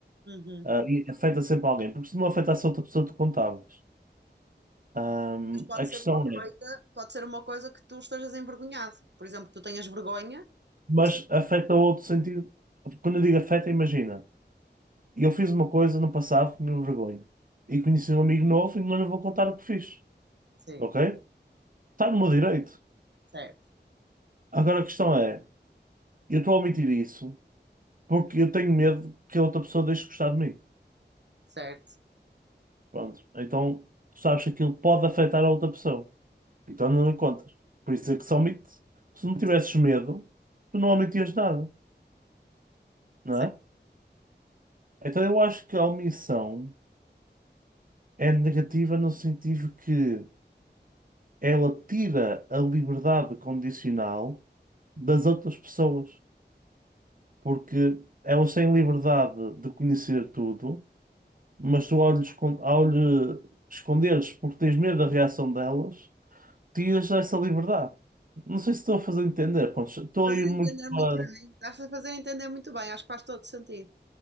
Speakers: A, on the right (about 70°); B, on the right (about 50°).
A: Uhum.
B: Ah, e afeta sempre alguém, porque se não afetasse a outra pessoa, tu contavas. Ahm,
A: Mas pode
B: a questão
A: ser uma coisa,
B: é,
A: pode ser uma coisa que tu estejas envergonhado. Por exemplo, que tu tenhas vergonha.
B: mas
A: que se-
B: afeta outro sentido. Quando eu digo afeta, imagina, eu fiz uma coisa no passado que me envergonho e conheci um amigo novo e não lhe vou contar o que fiz,
A: Sim,
B: ok? Está no meu direito.
A: certo,
B: Agora a questão é. Eu estou a omitir isso porque eu tenho medo que a outra pessoa deixe de gostar de mim.
A: certo,
B: Pronto. Então, tu sabes que aquilo pode afetar a outra pessoa. Então não lhe contas. Por isso é que se omite. Se não tivesses medo, tu não omitias nada, não
A: certo.
B: é? Então eu acho que a omissão é negativa no sentido que ela tira a liberdade condicional das outras pessoas. Porque elas têm liberdade de conhecer tudo mas tu ao lhe, escon- ao lhe esconderes porque tens medo da reação delas, tiras essa liberdade. Não sei se estou a fazer entender. pronto, estou
A: Fazer
B: a ir muito
A: entender
B: para.
A: muito bem. Estás a fazer entender muito bem, acho que faz todo sentido.